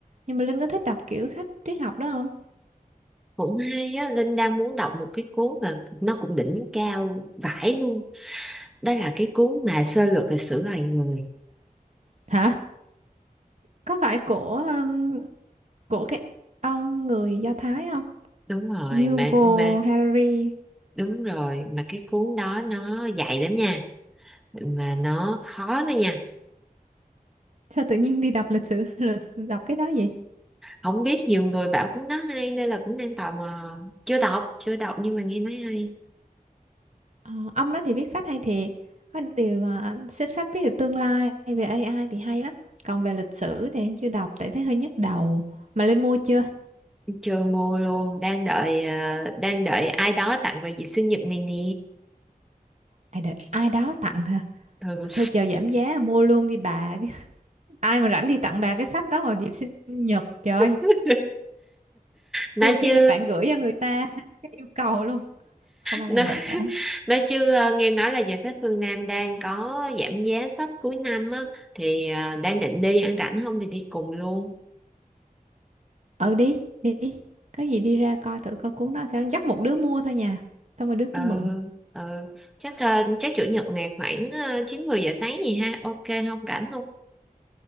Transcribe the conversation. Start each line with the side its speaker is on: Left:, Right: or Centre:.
Right: nhưng mà Linh có thích đọc kiểu sách triết học đó không
Centre: cũng hay á Linh đang muốn đọc một cái cuốn mà nó cũng đỉnh cao vãi luôn đó là cái cuốn mà sơ lược lịch sử loài người
Right: hả có phải của um, của cái ông người Do Thái không
Centre: đúng rồi
Right: Yuval
Centre: mà mà
Right: Harari
Centre: đúng rồi mà cái cuốn đó nó dạy lắm nha mà nó khó nữa nha
Right: sao tự nhiên đi đọc lịch sử <laughs> lược đọc cái đó vậy
Centre: không biết nhiều người bảo cuốn đó hay nên là cũng đang tò mò chưa đọc chưa đọc nhưng mà nghe nói hay
Right: Ờ, ông đó thì viết sách hay thiệt có điều à, xếp sách viết được tương lai về AI thì hay lắm còn về lịch sử thì anh chưa đọc tại thấy hơi nhức đầu mà Linh mua chưa
Centre: chưa mua luôn đang đợi ờ, đang đợi ai đó tặng vào dịp sinh nhật này nè
Right: à, đợi ai đó tặng hả
Centre: ừ.
Right: thôi chờ giảm giá mua luôn đi bà <laughs> ai mà rảnh đi tặng bà cái sách đó vào dịp sinh nhật trời
Centre: <laughs> nói
Right: trừ khi
Centre: chứ
Right: là bạn gửi cho người ta <laughs> cái yêu cầu luôn không ai
Centre: nói,
Right: làm vậy cả
Centre: nói chứ ờ, nghe nói là giờ sách phương Nam đang có giảm giá sách cuối năm á thì ờ, đang định đi ăn rảnh không thì đi cùng luôn
Right: ừ đi đi đi. có gì đi ra coi thử coi cuốn đó sao dắt một đứa mua thôi nha xong rồi đứa kia
Centre: ừ,
Right: mượn
Centre: ừ. chắc ờ, chắc chủ nhật này khoảng ờ, chín mười giờ sáng gì ha ok không rảnh không